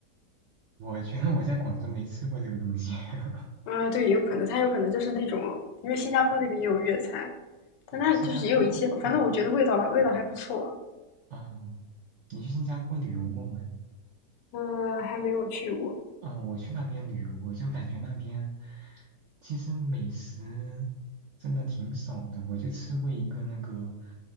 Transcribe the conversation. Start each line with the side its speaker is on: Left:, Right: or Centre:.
Right: 我觉得我在广州没吃过这个东西。<laughs>
Left: 嗯，对，有可能，他有可能就是那种，因为新加坡那边也有粤菜，但它就是也有一些，
Right: 哦，新加坡，
Left: 反正我觉得味道味道还不错。
Right: 嗯嗯嗯，你去新加坡旅游过没？
Left: 嗯、还没有去过，
Right: 嗯，我去那边旅游，我就感觉那边其实美食真的挺少的。我就吃过一个那个，